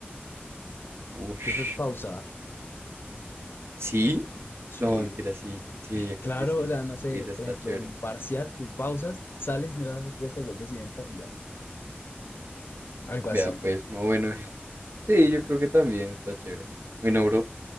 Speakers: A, on the right; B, on the left.
A: Uf.
B: yo creo que pausar.
A: ¿Sí?
B: Sí.
A: No, mentira, sí, sí, yo
B: Claro,
A: creo que sí.
B: o sea, no sé,
A: Uy, esa está
B: por ejemplo,
A: chévere.
B: en un parcial, tú pausas, sales, miras la respuesta y vuelves y entras y ya. Algo
A: Vea,
B: así.
A: pues, no, bueno. <laughs> Sí, yo creo que también está chévere. Bueno, bro,